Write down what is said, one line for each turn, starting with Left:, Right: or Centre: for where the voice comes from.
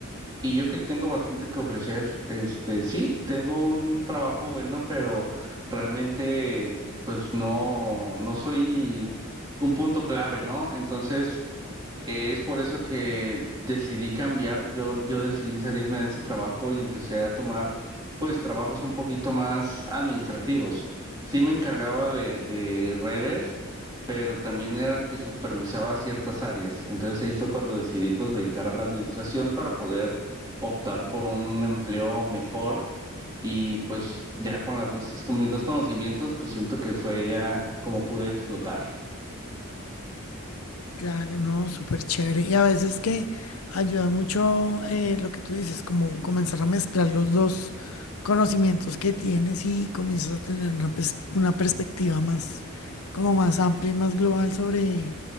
Right: Y yo que tengo bastante que ofrecer, este, sí, tengo un trabajo bueno, pero realmente, pues, no, no soy un punto clave, ¿no? Entonces... Es por eso que decidí cambiar, yo, yo decidí salirme de ese trabajo y empecé a tomar pues trabajos un poquito más administrativos. Sí me encargaba de, de redes, pero también era el que supervisaba ciertas áreas. Entonces ahí fue cuando decidí pues brincar a la administración para poder optar por un empleo mejor y pues ya con las dos, con mis dos conocimientos pues siento que fue ya como pude explotar.
Left: Claro, no, súper chévere. Y a veces que ayuda mucho eh, lo que tú dices, como comenzar a mezclar los dos conocimientos que tienes y comienzas a tener una, pers- una perspectiva más, como más amplia y más global sobre,